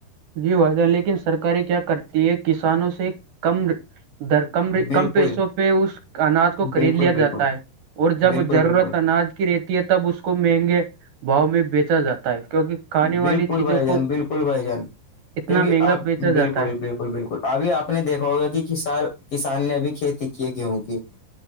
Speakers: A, on the right; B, on the left.
A: جی وائیدہان لیکن سرکاریں کیا کرتی ہے کسانوں سے کم در کم
B: بالکل
A: کم پیسوں پہ اس اناج کو خرید
B: بالکل
A: لیا
B: بالکل
A: جاتا ہے اور جب
B: بالکل
A: ضرورت
B: بالکل
A: اناج کی ریتی تب اس کو مہنگے باؤ میں بیچا جاتا ہے کیونکہ کھانے والی
B: بالکل
A: چیزوں
B: بھائی
A: کو
B: جان بالکل بھائی جان
A: اتنا
B: کیونکہ
A: مہنگا
B: آپ
A: بیچا
B: بالکل
A: جاتا
B: بالکل
A: ہے
B: بالکل بالکل ابھی آپ نے دیکھا ہوگا کہ ک کسان نے ابھی کھیتی کی ہے گیہوں کی